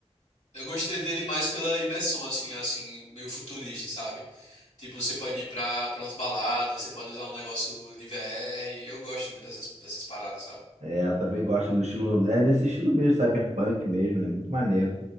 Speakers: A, on the left; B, on the right.
A: Eu gostei dele mais pela imersão, assim, assim, meio futurista, sabe? Tipo, você pode ir pra, pra umas baladas, você pode usar um negócio de VR. Eu gosto muito dessas, dessas paradas, sabe?
B: É, eu também gosto no estilo. É nesse estilo mesmo, cyberpunk mesmo, né? Muito maneiro.